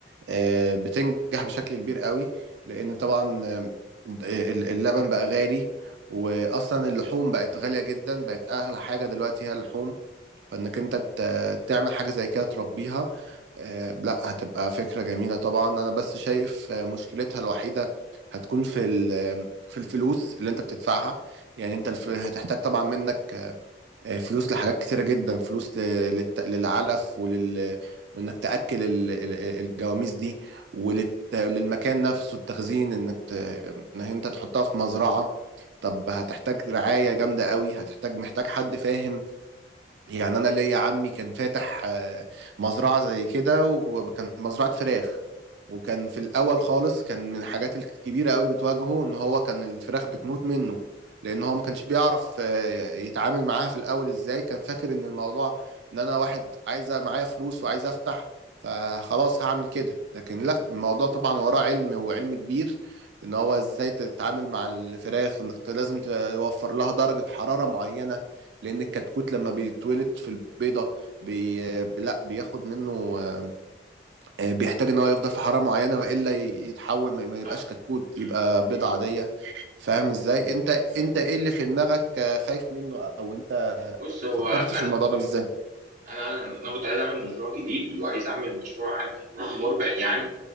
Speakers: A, on the right; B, on the right.
A: آه، بتنجح بشكل كبير قوي لان طبعا آه، ال- اللبن بقى غالي واصلا اللحوم بقت غاليه جدا بقت اغلى حاجه دلوقتي هي اللحوم فانك انت ت- تعمل حاجه زي كده تربيها آه، لا هتبقى فكره جميله طبعا انا بس شايف آه، مشكلتها الوحيده هتكون في ال- آه، في الفلوس اللي انت بتدفعها يعني انت الف- هتحتاج طبعا منك آه، فلوس لحاجات كتيره جدا فلوس ل- للت- للعلف ولل وانك تاكل ال- ال- الجواميس دي وللمكان نفسه التخزين انك ت... انك انت تحطها في مزرعه طب هتحتاج رعاية جامدة قوي هتحتاج محتاج حد فاهم يعني انا ليا عمي كان فاتح آه، مزرعه زي كده وكان مزرعه فراخ وكان في الاول خالص كان من الحاجات الكبيره قوي اللي بتواجهه ان هو كان الفراخ بتموت منه لان هو ما كانش بيعرف آه، يتعامل معاها في الاول ازاي كان فاكر ان الموضوع ان انا واحد عايزه معايا فلوس وعايز افتح فخلاص هعمل كده لكن لا الموضوع طبعا وراه علم وعلم كبير ان هو ازاي تتعامل مع الفراخ وانك لازم توفر لها درجه حراره معينه لان الكتكوت لما بيتولد في البيضه بي... لا بياخد منه آه، بيحتاج ان هو يفضل في حراره معينه والا يتحول ما ما يبقاش
B: صح
A: كتكوت
B: مم.
A: يبقى بيضه
B: مم.
A: عاديه فاهم
B: فعلا
A: ازاي انت
B: مم.
A: انت ايه اللي في دماغك آه، خايف منه او انت
B: بص هو
A: فكرتش
B: انا
A: في الموضوع ده ازاي
B: انا انا أنا كنت عايز اعمل مشروع جديد وعايز اعمل مشروع عارف يكون مربح يعني